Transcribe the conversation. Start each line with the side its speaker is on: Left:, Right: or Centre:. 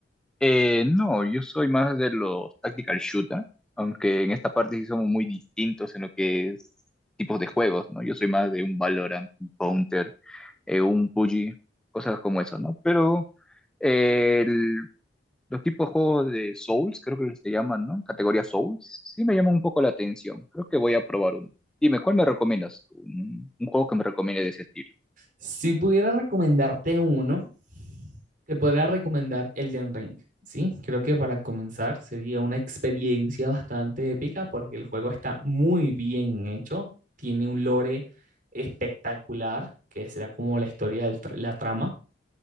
Centre: Eh, no, yo soy más de los tactical shooter, aunque en esta parte sí somos muy distintos en lo que es tipos de juegos, ¿no? Yo soy más de un Valorant, un Counter, eh, un PUBG, cosas como eso, ¿no? Pero... eh, El Los tipos de juegos de Souls, creo que se llaman, ¿no? Categoría Souls, sí me llaman un poco la atención. Creo que voy a probar uno. Dime, ¿cuál me recomiendas? tú? Un, un juego que me recomiende de ese estilo.
Right: Si pudiera recomendarte uno, te podría recomendar Elden Ring, ¿sí? Creo que para comenzar sería una experiencia bastante épica porque el juego está muy bien hecho, tiene un lore espectacular, que será como la historia de la trama,